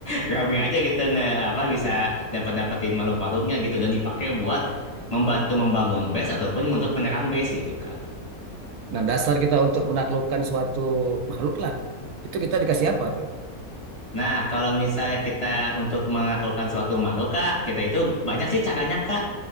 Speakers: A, on the left; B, on the right.
A: rame aja gitu nge apa bisa dapat-dapetin makhluk-makhluknya gitu dan dipakai buat membantu membangun base ataupun untuk menyerang base gitu, Kak.
B: Nah, dasar kita untuk menaklukkan suatu makhluk lah. Itu kita dikasih apa tuh?
A: Nah, kalau misalnya kita untuk menaklukkan suatu makhluk, Kak, kita itu banyak sih caranya, Kak.